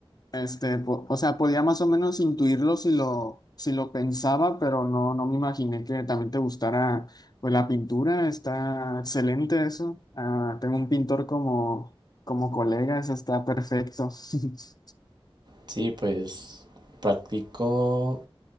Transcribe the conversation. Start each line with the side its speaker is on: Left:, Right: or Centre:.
Left: Este, po- o sea, podía más o menos intuirlo si lo, si lo pensaba, pero no, no me imaginé que también te gustara, pues, la pintura. Está excelente eso. Ah, tengo un pintor como, como colega, eso está perfecto. <laughs>
Right: Sí, pues practico